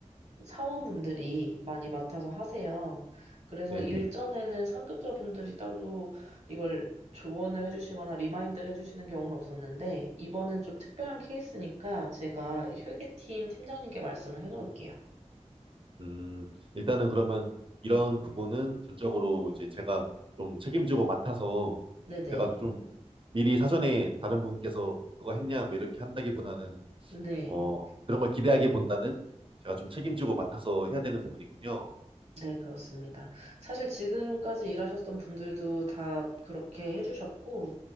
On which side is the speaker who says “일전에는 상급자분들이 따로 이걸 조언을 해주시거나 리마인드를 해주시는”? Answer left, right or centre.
Right